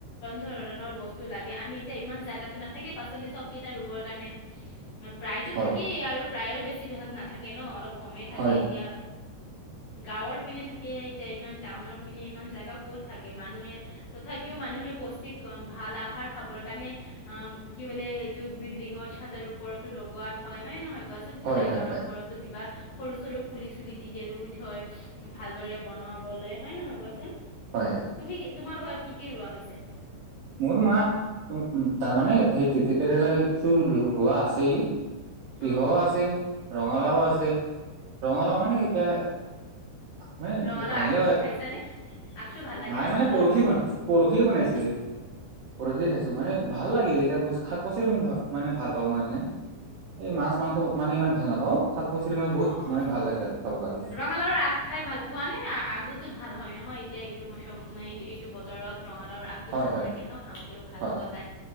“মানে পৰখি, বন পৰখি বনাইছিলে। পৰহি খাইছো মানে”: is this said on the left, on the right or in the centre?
Right